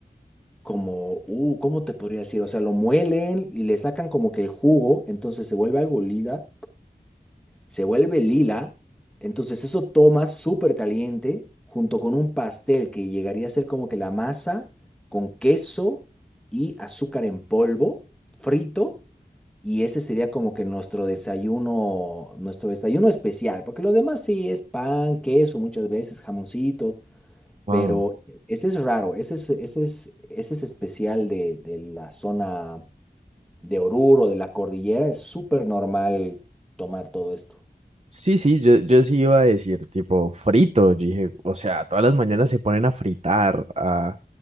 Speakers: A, in the centre; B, on the right.
A: como, uh, ¿cómo te podría decir? O sea, lo muelen y le sacan como que el jugo, entonces se vuelve algo lila, se vuelve lila, entonces eso tomas súper caliente junto con un pastel que llegaría a ser como que la masa con queso y azúcar en polvo frito. Y ese sería como que nuestro desayuno, nuestro desayuno especial, porque lo demás sí es pan, queso, muchas veces jamoncito,
B: Wow.
A: pero ese es raro, ese es, ese es, ese es especial de, de la zona de Oruro, de la cordillera, es súper normal tomar todo esto.
B: Sí, sí, yo, yo sí iba a decir tipo frito, yo dije, o sea, todas las mañanas se ponen a fritar, a